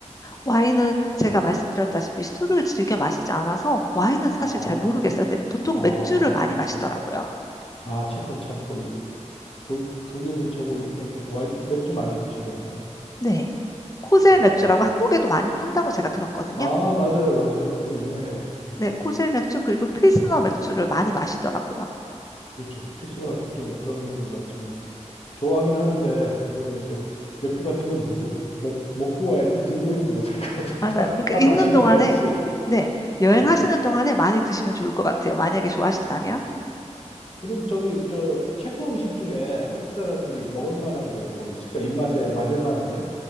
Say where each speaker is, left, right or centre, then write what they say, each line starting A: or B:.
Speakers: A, on the left; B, on the left.
A: 와인은 제가 말씀드렸다시피 술을 즐겨 마시지 않아서 와인은 사실
B: 아,
A: 잘 모르겠어요. 근데 보통
B: 아,
A: 맥주를 많이
B: 그러세요?
A: 마시더라고요.
B: 아, 체코 참 거기 독, 독일 근처고 이렇게 하니까 와인 맥주 많이 드시겠네요.
A: 네. 코젤
B: 어.
A: 맥주라고 한국에도 많이 판다고 제가 들었거든요.
B: 아, 맞아요, 맞아요. 그거 유명해요.
A: 네,
B: 음,
A: 코젤 맥주 그리고 필스너 맥주를 많이 마시더라고요.
B: 그렇죠. pilsner 같은 좀 그런 종류가 저는 좋아하긴 하는데 그거를 이제 맥주 같은 게 무거, 먹, 먹고 와야지 들고 오지 못할 것 같아요. <laughs>
A: 맞아요.
B: 다,
A: 그러니까
B: 다
A: 있는
B: 마시고
A: 동안에
B: 와야지.
A: 네, 여행하시는
B: 네.
A: 동안에 많이 드시면 좋을 것 같아요. 만약에 좋아하신다면.
B: 네. 그럼 저기 저 체코 음식 중에 한국 사람들이 먹을 만한 게 뭐 있을까? 입맛에 맞을 만한 게?